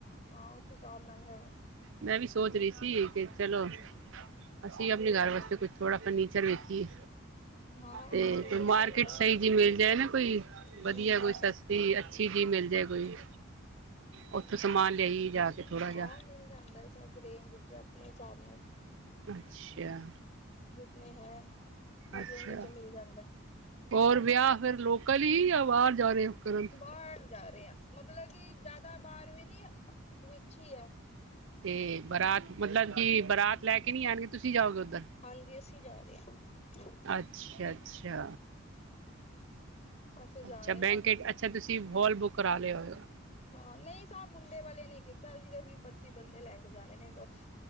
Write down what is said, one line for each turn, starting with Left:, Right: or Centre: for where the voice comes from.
Left: ਹਾਂ ਉਸ ਹਿਸਾਬ ਨਾਲ ਹੈ।
Right: ਮੈਂ ਵੀ ਸੋਚ ਰਹੀ ਸੀ ਕਿ, ਚਲੋ। ਅਸੀਂ ਆਪਣੇ ਘਰ ਵਾਸਤੇ ਕੁਛ ਥੋੜਾ ਫਰਨੀਚਰ ਵੇਖੀਏ।
Left: ਹਾਂ
Right: ਤੇ
Left: ਉੱਥੋਂ ਮਿਲ
Right: ਮਾਰਕੀਟ
Left: ਜਾਂਦਾ
Right: ਸਹੀ
Left: ਹੈ
Right: ਜਿਹੀ ਮਿਲ ਜਾਏ ਨਾ ਕੋਈ ਵਧੀਆ
Left: ਹੂੰ ਹੂੰ
Right: ਕੋਈ ਸਸ- ਤੀ ਅੱਛੀ ਜੀ ਮਿਲ ਜਾਏ ਕੋਈ, ਉੱਥੋਂ ਸਮਾਨ ਲਿਆਇ ਏ ਜਾ ਕੇ। ਥੋੜ੍ਹਾ ਜਿਹਾ
Left: ਹਾਂ ਮਿਲ ਜਾਂਦਾ ਸਭ ਰੇਂਜ ਚ ਆਪਣੇ ਹਿਸਾਬ ਨਾਲ।
Right: ਅੱਛੇਆ।
Left: ਜਿਤਨੀ ਹੈ। ਹਰ
Right: ਅੱਛਾ
Left: ਰੇਂਜ ਵਿੱਚ ਮਿਲ ਜਾਂਦਾ
Right: ਹੋਰ ਵਿਆਹ ਫੇਰ ਲੋਕਲ ਹੀ ਯਾ ਬਾਹਰ ਜਾ ਰਹੇ ਹੋ ਕਰਣ?
Left: ਬਾਹਰ ਜਾ ਰਹੇ ਆ ਮਤਲਬ ਕਿ ਜ਼ਿਆਦਾ ਬਾਹਾਰ ਵੀ ਨੀ ਵਿੱਚ ਹੀ ਹੈ।
Right: ਤੇ ਬਰਾਤ ਮਤਲਬ ਕਿ ਬਰਾਤ ਲੈ ਕੇ ਨਹੀਂ ਆਣਗੇ ਤੁਸੀਂ ਜਾਓਗੇ ਉੱਧਰ।
Left: ਹਾਂਜੀ ਅਸੀਂ ਜਾ ਰਹੇ ਹਾਂ।
Right: ਅੱਛਾ- ਅੱਛਾ।
Left: ਹਾਂ ਅਸੀਂ ਜਾ
Right: ਅੱਛਾ
Left: ਰਹੇ
Right: ਬੈਂਕ
Left: ਹਾਂ
Right: ਅੱਛਾ ਤੁਸੀਂ ਹੋਲ ਬੁੱਕ ਕਰਾ ਲਿਆ ਹੋਏਗਾ।
Left: ਹਾਂ ਨਹੀਂ ਸਾਬ ਮੁੰਡੇ ਵਾਲੇ ਨੇ ਕੀਤਾ ਅਸੀਂ ਤੇ ਵੀਹ- ਪੱਚੀ ਬੰਦੇ ਲੈ ਕੇ ਜਾਣੇ ਨੇ ਬਸ।